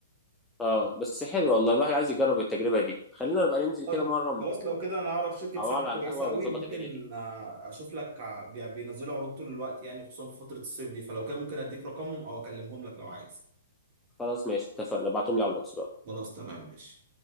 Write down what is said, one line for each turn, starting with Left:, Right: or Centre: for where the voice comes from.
Centre: اه بس حلو والله الواحد عايز يجرب التجربه دي خلينا نبقى ننزل
Right: طيب
Centre: كده مره
Right: خلاص لو كده انا اعرف شركه
Centre: مع
Right: سياحه
Centre: بعض
Right: كويسه
Centre: على القهوه
Right: قوي
Centre: ونظبط
Right: ممكن
Centre: الدنيا دي
Right: آه، اشوف لك آه، بي- بينزلوا عروض طول الوقت يعني خصوصا في فتره الصيف دي فلو كده ممكن اديك رقمهم او اكلمهم لك لو عايز
Centre: خلاص ماشي اتفقنا ابعتهم لي على الواتس بقى
Right: خلاص تمام ماشي